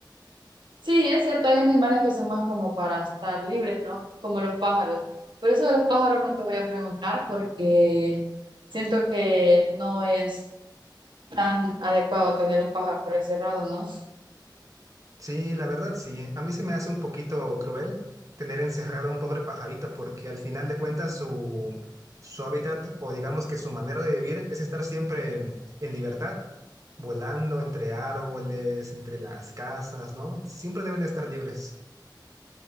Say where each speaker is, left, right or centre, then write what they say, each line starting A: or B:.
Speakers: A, on the right; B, on the right.
A: Sí, es cierto, hay animales que son más como para estar libres, ¿no? Como los pájaros. Por eso de los pájaros no te voy a preguntar porque siento que no es tan adecuado tener un pájaro encerrado, ¿no?
B: Sí, la verdad, sí. A mí se me hace un poquito cruel tener encerrado a un pobre pajarito porque al final de cuentas su, su hábitat o digamos que su manera de vivir es estar siempre en libertad, volando entre árboles, entre las casas, ¿no? Siempre deben estar libres.